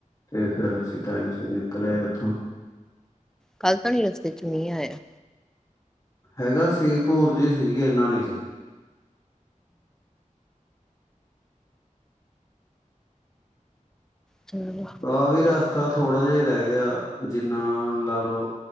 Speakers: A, on the left (about 25°); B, in the centre.
A: ਤੇ ਫੇਿਰ ਅਸੀਂ ਟਾਈਮ ਸਿਰ ਨਿਕਲਿਆ ਉੱਥੋਂ
B: ਕੱਲ ਤਾਂ ਨੀ ਰਸਤੇ ਚ ਮੀਂਹ ਆਇਆ।
A: ਹੈਗਾ ਸੀ ਭੂਰ ਜੀ ਸੀਗੀ ਇੰਨਾ ਨਹੀਂ ਸੀ।
B: ਚਲੋ
A: ਆਹ ਵੀ ਰਸਤਾ ਥੋੜਾ ਜਿਹਾ ਰਹਿ ਗਿਆ ਜਿੰਨਾ ਲਾ ਲਓ।